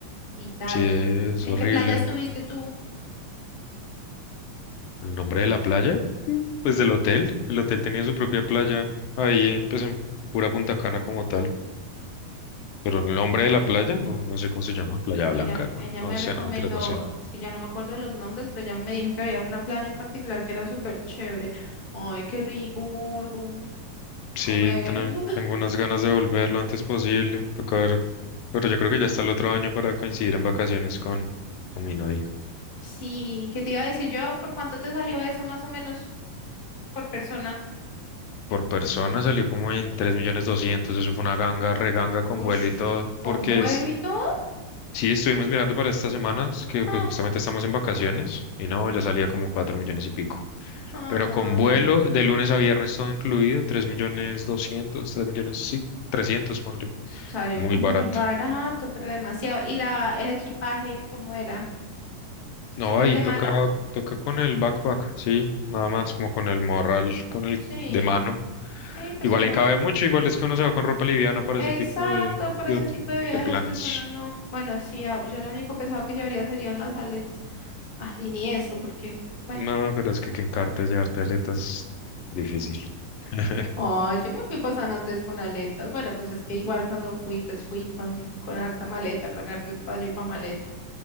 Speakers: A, on the left; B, on the left.
A: y tal.
B: Sí, es
A: ¿En
B: horrible.
A: qué playa estuviste tú?
B: ¿El nombre de la playa? Mm, Pues del hotel. El hotel tenía su propia playa ahí pues en pura Punta Cana como tal. Pero el hombre de la playa, no, no sé cómo se llama, Playa
A: porque
B: Blanca,
A: ella,
B: no,
A: ella me
B: no sé,
A: recomendó,
B: no mentiras, no sé.
A: es que ya no me acuerdo de los nombres, pero ella me dijo que había una playa en particular que era súper chévere. Ay, qué rico, gordo,
B: Sí,
A: comer.
B: ten-
A: <laughs>
B: tengo unas ganas de volver lo antes posible, toca ver, pero yo creo que ya está el otro año para coincidir en vacaciones con, con mi novia.
A: Sí, ¿qué te iba a decir yo? ¿Por cuánto te salió eso más o menos por persona?
B: Por persona salió como en tres millones doscientos, eso fue una ganga, reganga
A: Ush,
B: con vuelo y todo,
A: con
B: porque
A: vuelo
B: es,
A: y todo.
B: sí estuvimos mirando para estas semanas, que
A: Ja,
B: pues justamente estamos en vacaciones, y no, ya salía como 4 millones y pico.
A: Ay,
B: Pero con vuelo de lunes a viernes todo incluido, tres millones doscientos 3 millones, sí, 300 ponle.
A: salió
B: Muy
A: muy
B: barato.
A: barato, pero demasiado. ¿Y la, el equipaje cómo era?
B: No,
A: ¿Solo
B: ahí
A: el de
B: toca,
A: mano?
B: toca con el backpack, sí, nada más como con el morral, con el
A: Sí,
B: de mano.
A: sí, pues
B: Igual
A: igual.
B: ahí cabe mucho, igual es que uno se va con ropa liviana para
A: Exacto,
B: ese tipo de,
A: para
B: de,
A: ese
B: ot-
A: tipo de viajes,
B: de planes.
A: pues uno no. Bueno, sí, ah, yo lo único pesado que llevaría serían las aletas. Ah, y ni eso, porque, bueno.
B: No, pero es que que encarte llevarte aletas, difícil. <laughs>
A: Ay, yo me fui para San Andrés con aletas. Bueno, pues es que igual cuando fui, pues fui con, con harta maleta, con harto espacio para maleta.